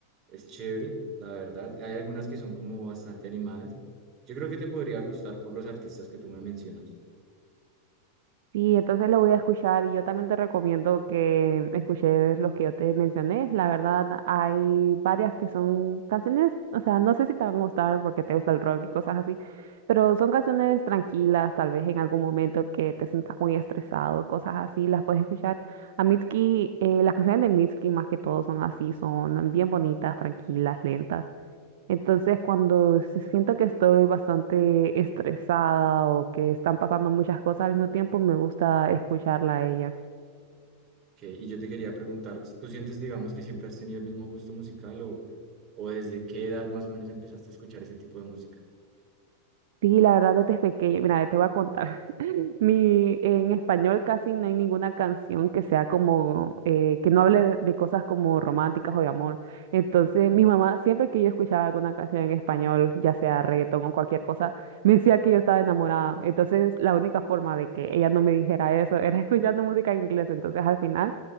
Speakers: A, on the right (about 25°); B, on the right (about 55°).
A: Es chévere, la verdad. Hay algunas que son como bastante animadas. Yo creo que te podría gustar por los artistas que tú me mencionas.
B: Sí, entonces lo voy a escuchar y yo también te recomiendo que escuches los que yo te mencioné. La verdad, hay varias que son canciones, o sea, no sé si te van a gustar porque te gusta el rock y cosas así, pero son canciones tranquilas, tal vez en algún momento que te sientas muy estresado, cosas así, las puedes escuchar. A Mitski, eh, las canciones de Mitski más que todo son así, son bien bonitas, tranquilas, lentas. Entonces, cuando se- siento que estoy bastante estresada o que están pasando muchas cosas al mismo tiempo, me gusta escucharla a ella.
A: Que, y yo te quería preguntar, ¿tú sientes, digamos, que siempre has tenido el mismo gusto musical o, o desde qué edad más o menos empezaste a escuchar ese tipo de música?
B: Sí, la verdad desde pequeña, mira, te voy a contar. <laughs> Mi, en español casi no hay ninguna canción que sea como, eh, que no hable de, de cosas como románticas o de amor. Entonces, mi mamá, siempre que yo escuchaba alguna canción en español, ya sea reggaetón o cualquier cosa, me decía que yo estaba enamorada. Entonces, la única forma de que ella no me dijera eso era <laughs> escuchando música en inglés. Entonces, al final...